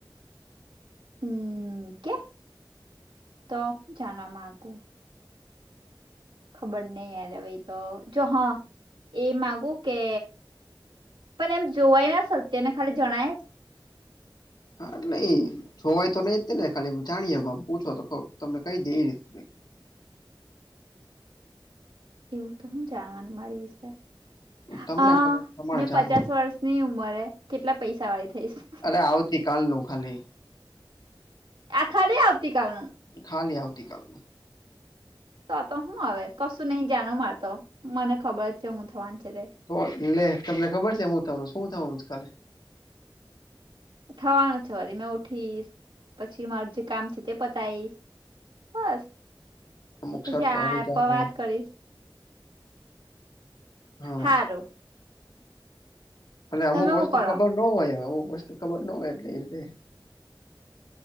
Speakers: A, on the right; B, on the left.
A: હમ, કે તો હું જાણવા માગુ. ખબર નહી એ તો જો હા એ માગુ કે પણ એમ જોવાય ના સત્યને ખાલી જણાય.
B: હા એટલે એઈ જોવાય તો નઈ જ ને ખાલી જાણીએમ પૂછો તો તમને કઈ દે. રીતે.
A: એવું તો હું જાણવાનું મારી વિશે હ
B: તમને ખબર તમારે
A: મેં
B: જાણવું
A: પચાસ વર્ષ ની ઉંમરે કેટલા પૈસા વાળી થઈશ.
B: અરે આવતી કાલ નું ખાલી.
A: આ ખાલી આવતીકાલનું
B: ખાલી આવતીકાલ નું.
A: તો તો હું હવે કશું નહી જાણ માર તો મને ખબર જ છે હું થવાની છે રે.
B: તો તમને ખબર છે હું થવાનું શું થવાનું કાલે.
A: થવાનું છે વારી મે ઉઠીશ પછી મારું જે કામ છે તે પતાયશ બસ
B: અમુક
A: પછી
B: શરતો
A: આ
B: હારી
A: આપ
B: જાહો
A: વાત કરીશ.
B: હા
A: હારુ
B: અમુક
A: તમે હું
B: વસ્તુ
A: કરો
B: ખબર ન હોય એમ અમુક વસ્તુ ખબર ના હોય એટલે એ